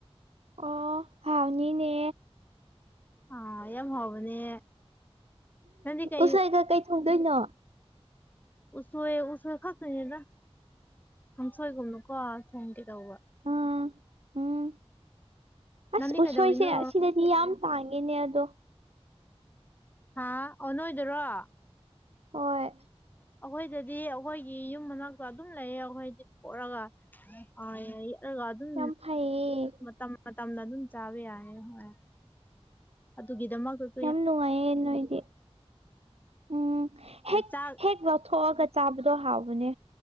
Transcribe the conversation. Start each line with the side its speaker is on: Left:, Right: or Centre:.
Right: ꯑꯣ ꯍꯥꯎꯅꯤꯅꯦ
Left: ꯑ ꯌꯥꯝ ꯍꯥꯎꯕꯅꯦ ꯅꯪꯗꯤ ꯀꯩ
Right: ꯎꯁꯣꯏꯗꯣ ꯀꯩ ꯊꯣꯡꯗꯣꯏꯅꯣ
Left: ꯎꯁꯣꯏ ꯎꯁꯣꯏ ꯈꯛꯇꯅꯤꯗ ꯀꯥꯡꯁꯣꯏꯒꯨꯝꯅꯀꯣ ꯊꯦꯡꯒꯦ ꯇꯧꯕ
Right: ꯑ ꯎꯝ ꯑꯁ
Left: ꯅꯪꯗꯤ
Right: ꯎꯁꯣꯏꯁꯦ
Left: ꯀꯩꯗꯧꯔꯤꯅꯣ
Right: ꯑꯁꯤꯅꯠ ꯃꯤ ꯌꯥꯝ ꯇꯥꯡꯉꯦꯅꯦ ꯑꯗꯣ
Left: ꯍꯥ ꯑꯣ ꯅꯣꯢ ꯑꯣꯏꯗꯔꯣ
Right: ꯍꯣꯏ
Left: ꯑꯈꯣꯏꯗꯗꯤ ꯑꯒꯣꯏꯒꯤ ꯌꯨꯝ ꯃꯅꯥꯛꯇ ꯑꯗꯨꯝ ꯂꯩꯌꯦ ꯑꯈꯣꯏꯗꯤ ꯄꯣꯔꯑꯒ ꯑ ꯌꯥꯌꯤ ꯑꯗꯨꯒ ꯑꯗꯨꯝ
Right: ꯌꯥꯝ ꯐꯩꯌꯦ
Left: ꯃꯇꯝ ꯃꯇꯝꯅ ꯑꯗꯨꯝ ꯆꯥꯕ ꯌꯥꯏꯦ ꯍꯣꯏ ꯑꯗꯨꯒꯤꯗꯃꯛꯗꯠ
Right: ꯌꯥꯝ ꯅꯨꯡꯉꯥꯏꯌꯦ ꯅꯣꯏꯗꯤ ꯎꯝ ꯍꯦꯛ
Left: ꯆꯥꯛ
Right: ꯍꯦꯛ ꯂꯧꯊꯣꯛꯑꯒꯠ ꯆꯥꯕꯗꯣ ꯍꯥꯎꯕꯅꯦ